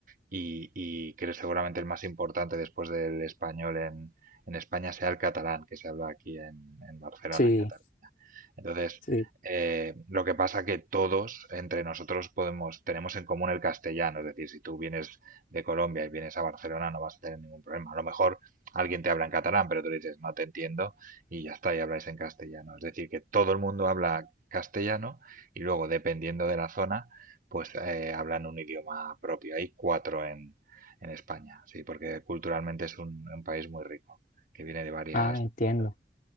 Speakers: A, on the right (about 50°); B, on the left (about 50°).
A: y, y que seguramente el más importante después del español en, en España sea el catalán que se habla aquí en, en Barcelona,
B: Sí,
A: en Cataluña. Entonces,
B: sí.
A: eh, lo que pasa que todos entre nosotros podemos, tenemos en común el castellano, es decir, si tú vienes de Colombia y vienes a Barcelona no vas a tener ningún problema. A lo mejor alguien te habla en catalán, pero tú le dices no te entiendo y ya está, y habláis en castellano. Es decir, que todo el mundo habla castellano y luego, dependiendo de la zona, pues eh, hablan un idioma propio. Hay cuatro en, en España, sí, porque culturalmente es un, un país muy rico, que viene de varias
B: Ah, entiendo.
A: civilizaciones.